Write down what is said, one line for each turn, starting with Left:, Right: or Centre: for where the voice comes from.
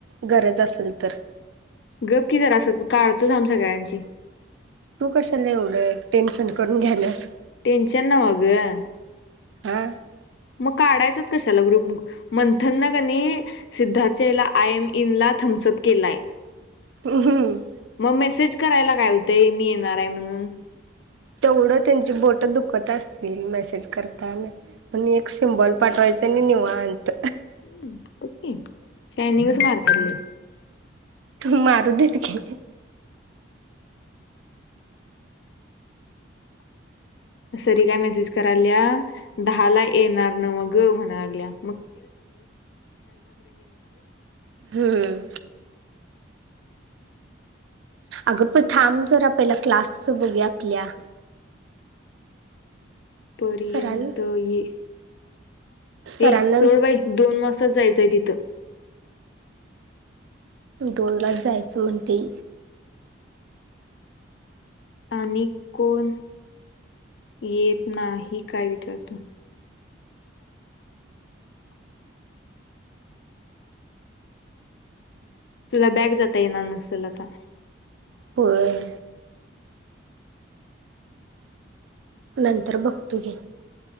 Right: गरज असेल तर
Left: गप् कि जरा अस काढतोच आम्ही सगळ्यांची-
Right: तू कशाला एवढं टेन्शन करून घ्याल्यास.
Left: टेंशन ना मगग-
Right: हा.
Left: मग काढायचच कशाला ग्रुप मंथन न का नाही सिद्धार्थच्या आय एम इन ला- थमसप केलाय.
Right: ह हमम.
Left: मग मेसेज करायला काय होतंय मी येणार आहे म्हणून.
Right: तेवढं त्यांची बोट दुखत असतील मेसेज करताना. म एक सिम्बॉल पाठवायचां आणि निवांत.
Left: हम् ब शायनिंगच मारतात लय.
Right: तू मारू देेत की.
Left: सरी काय मेसेज करायलीया- दहा ला येणार ना मगं म्हणा लागल्या-
Right: हम्म. अगं पण थांब जर आपल्याला क्लासच बघूया की या.
Left: पर्यंत
Right: सरांनी
Left: ये.
Right: सरांना
Left: ए सोड बाई दोन वासता जायचंय तिथं.
Right: दोन लाच जायचं म्हणते.
Left: आणि कोण येत नाही काय विचार तू. तुला बॅग जाता येणार नसेल आता.
Right: होय. नंतर बघतो की.